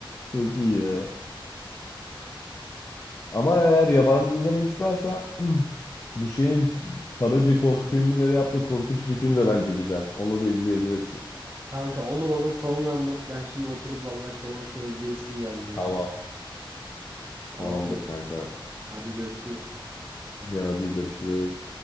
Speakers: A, on the left; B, on the right.
A: Çok iyi ya. Ama eğer yabancı izlemek istersen <clears throat> bu şeyin parodi korku filmleri yaptığı korkunç bir film de bence güzel. Onu da izleyebilirsin.
B: Kanka onu bana sonra anlat. Ben şimdi oturup vallahi Kemal Sunal izleyesim geldi ya.
A: Tamam.
B: Tamam
A: Tamamdır
B: mı?
A: kanka.
B: Hadi görüşürüz.
A: Ya hadi görüşürüz.